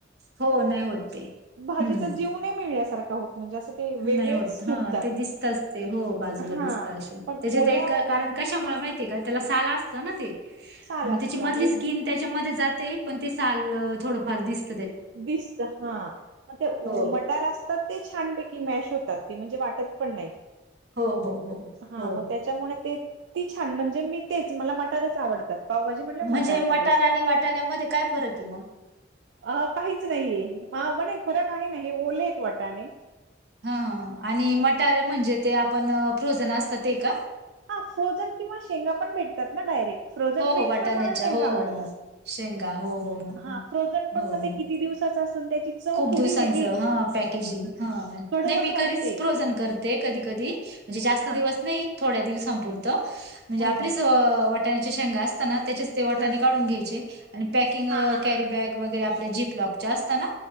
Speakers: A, on the right; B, on the right.
A: हो नाही होत ते.
B: भाजीचा
A: हं.
B: जीव नाही मिळल्यासारखा होत. म्हणजे असं ते वेगळेच
A: नाही होत
B: सुटतात
A: ह ते दिसतच ते हो बाजूला
B: हा
A: दिसत असे
B: पण
A: त्याचे
B: ओल्या
A: ते एक कारण कशामुळे माहिती का? त्याला साल असत ना ते,
B: साल
A: मग
B: असत
A: त्या मधली
B: आणि
A: स्किन त्याच्यामध्ये जाते पण, ते साल थोडफार दिसते.
B: दिसत हा, ते
A: हो
B: मटार असतात ते छानपैकी मॅश होतात ते म्हणजे ते वाटत पान नाय.
A: हो हो हो
B: हा
A: हो
B: त्याच्यामुळे ते ती छान म्हणजे मी तेच मला मटारच आवडतात. पावभाजी म्हणल्यावर
A: म्हणजे
B: मटारच
A: मटार
B: बेस्ट.
A: आणि वाटाण्यामध्ये काय फरक हो मगं.
B: अ काहीच नाहीये, म नाही फरक आहे ना हे ओलेेत वाटाने
A: हा ह आणि मटारे म्हणजे ते आपण फ्रोझन असतात ते का?
B: हा फ्रोजन किंवा, शेंगा पण भेटतात ना डायरेक्ट? फ्रोजनपेक्षा
A: हो हो वाटाण्याच्या
B: मला शेंग
A: हो
B: आवडतात.
A: हो हो शेंगा हो हो हो
B: हा
A: हो
B: फ्रोजन पण मग
A: हो
B: ते
A: हो
B: किती दिवसाचं असेल त्याची चव
A: खूप
B: थोडी
A: दिवसांच
B: वेगळी
A: हा पॅकेजिंग हा
B: कडवट
A: नाही मी
B: वाटते.
A: घरीच फ्रोझन करते कधी कधी. म्हणजे जास्त
B: हा
A: दिवस नाही थोड्या दिवस संपूर्त म्हणजे
B: हो
A: आपलेच
B: हो हो
A: वाटाणाची शेंगा अस असताना त्याचेच ते वाटाने
B: हा
A: काढून घ्यायचे आणि पॅकिंग
B: हा हा हा
A: कॅरी
B: हा
A: बॅग वगैरे आपल्या जीपलॉकच्या असताना?